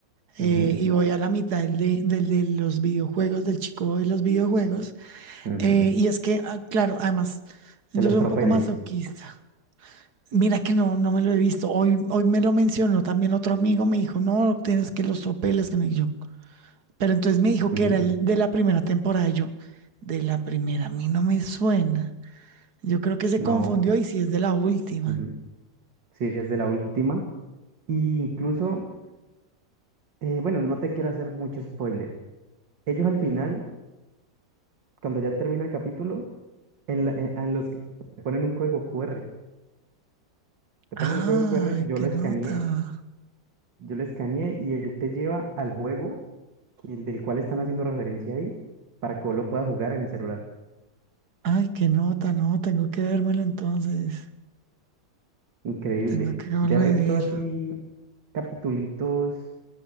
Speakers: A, on the right; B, on the right.
A: Eh,
B: Ujú,
A: y voy a la mitad del de, del de los videojuegos, del chico de los videojuegos.
B: ujú.
A: Eh, y es que, ah, claro, además, yo
B: De los
A: soy
B: tropeles.
A: un poco masoquista. Mira que no, no me lo he visto. Hoy, hoy me lo mencionó también otro amigo, me dijo, no, tienes que los tropeles, que no y yo. Pero entonces me dijo
B: ujú.
A: que era el de la primera temporada. y yo, de la primera, a mí no me suena. Yo creo que se
B: No.
A: confundió y si es de la última.
B: ujú. Sí, es de la última. Y incluso, eh, bueno, no te quiero hacer mucho spoiler. Ellos al final, cuando ya termina el capítulo, en, la- en, en los que te ponen un código QR. Te
A: ¡Ay,
B: ponen un código QR, yo
A: qué
B: lo escaneé,
A: nota!
B: yo lo escaneé y él te lleva al juego que- del cual están haciendo referencia ahí para que vos lo puedas jugar en el celular.
A: ¡Ay, qué nota! No, tengo que vérmelo entonces.
B: Increíble.
A: Tengo que acabarlo
B: De resto,
A: de ver.
B: así, capitulitos